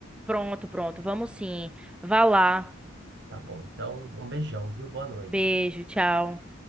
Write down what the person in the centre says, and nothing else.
pronto, pronto, vamos sim. Vá lá,
beijo, tchau.